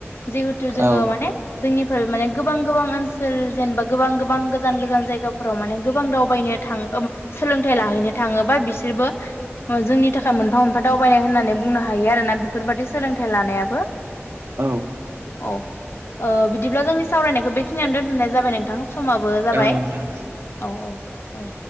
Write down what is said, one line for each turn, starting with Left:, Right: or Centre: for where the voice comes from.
Left: जिहेथु जोङो
Right: औ
Left: माने जोंनि माने गोबां गोबां ओनसोल जेनेबा गोबां गोबां गोजान गोजान जायगाफोराव माने गोबां दावबायनो थां <unintelligible> सोलोंथाइ लाहैनो थाङोबा बिसोरबो जोंनि थाखाय मोनफा मोनफा दावबायनाय होननानै बुंनो हायो आरो ना बेफोरबादि सोलोंथाइ लानायाबो
Right: औ
Left: औ। ओ बिदिब्ला जोंनि सावरायनायखौ बेखिनियावनो दोनथ'नाय जाबाय नोंथां समाबो जाबाय।
Right: औ नोंथां
Left: औ औ